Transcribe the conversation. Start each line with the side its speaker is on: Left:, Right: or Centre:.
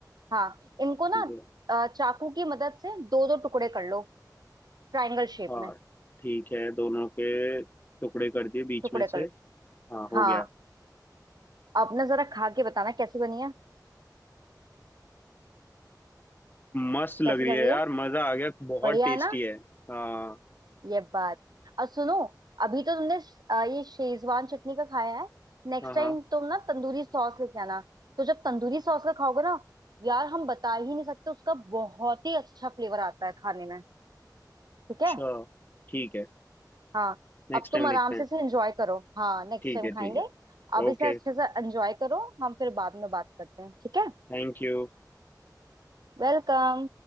Right: हाँ इनको
Left: ठीक
Right: ना
Left: है
Right: अ, चाकू की मदद से दो दो टुकड़े कर लो ट्रायंगल शेप
Left: हाँ
Right: में
Left: ठीक है दोनों के टुकड़े कर दिए बीच
Right: टुकड़े
Left: में से
Right: कर लो
Left: हाँ हो
Right: हाँ
Left: गया
Right: अब ना जरा खा के बताना कैसी बनी है
Left: मस्त लग
Right: कैसी
Left: रही
Right: लग
Left: है
Right: रही
Left: यार
Right: है
Left: मजा आ गया बहुत
Right: बढ़िया
Left: टेस्टी
Right: है ना
Left: है हाँ
Right: ये बात और सुनो अभी तो तुमने अ, ये शेजवान चटनी का खाया है नेक्स्ट
Left: हाँ
Right: टाइम
Left: हाँ
Right: तुम ना तंदूरी सॉस लेके आना तो जब तंदूरी सॉस का खाओगे ना यार हम बता ही नहीं सकते उसका बहुत ही अच्छा फ्लेवर आता है खाने में ठीक
Left: अच्छा
Right: है
Left: ठीक है
Right: हाँ
Left: नेक्स्ट
Right: अब तुम
Left: टाइम
Right: आराम
Left: देखते
Right: से
Left: हैं
Right: इसे एंजॉय करो हाँ नेक्स्ट
Left: ठीक
Right: टाइम
Left: है
Right: खाएंगे
Left: ठीक है
Right: अब
Left: ओके
Right: इसे अच्छे से एंजॉय करो हम फिर बाद में बात करते हैं ठीक है
Left: Thank you
Right: वेलकम